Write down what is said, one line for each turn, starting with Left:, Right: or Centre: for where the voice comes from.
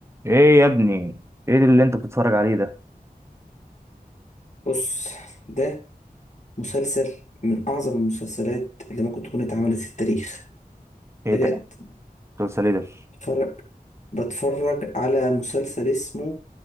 Right: ايه يا ابني ايه اللي انت بتتفرج عليه ده
Left: بص ده مسلسل من أعظم المسلسلات اللي ممكن تكون اتعملت في التاريخ
Right: ايه
Left: بجد
Right: ده مسلسل ايه ده
Left: بتفرج بتفرج على مسلسل اسمه